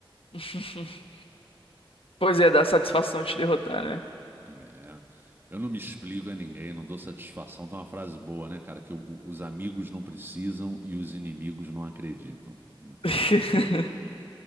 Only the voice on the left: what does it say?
<laughs> Pois é, dá satisfação te derrotar, né?
<laughs>